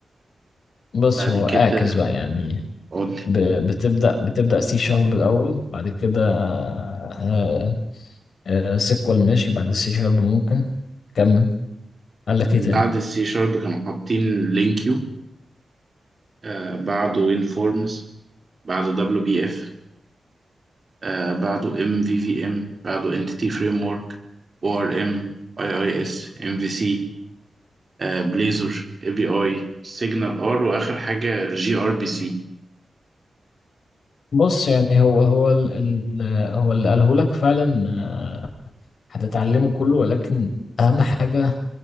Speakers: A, on the left; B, on the right.
A: بص
B: بعد
A: هو
B: كده
A: اعكس بقى يعني
B: قول لي
A: ب- بتبدأ بتبدأ سي شارب الاول بعد كده آه، آه، سيكوال ماشي بعد السي شارب ممكن كمل قال لك ايه
B: بعد
A: تاني
B: السي شارب كانوا حاطين لينكيو آه بعده انفورمز بعده دبليو بي اف آه بعده ام في في ام بعده انتيتي فريم ورك او ار ام اي اي اس ام في سي بليزر اي بي اي سيجنال ار واخر حاجه جي ار بي سي
A: بص يعني هو هو ال ال هو اللي قاله لك فعلا آه، هتتعلمه كله ولكن اهم حاجه